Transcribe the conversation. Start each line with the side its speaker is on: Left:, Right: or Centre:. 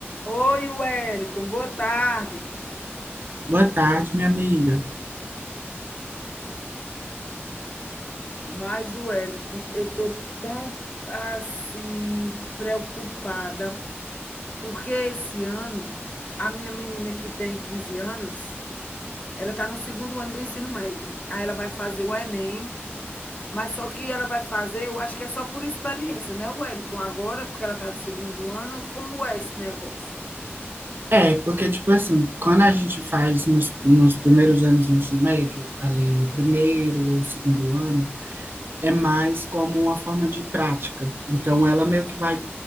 Left: Oi, Wellington, boa tarde.
Right: Boa tarde, minha amiga.
Left: Mas, Wellington, eu estou tão assim preocupada, porque esse ano a minha menina que tem 15 anos, ela está no segundo ano do ensino médio. Aí ela vai fazer o Enem, mas só que ela vai fazer, eu acho que é só por experiência, né, Wellington? Agora, porque ela está no segundo ano, como é esse negócio?
Right: É, porque, tipo assim, quando a gente faz nos, nos primeiros anos do ensino médio, ali o primeiro ou o segundo ano, é mais como uma forma de prática. Então, ela meio que vai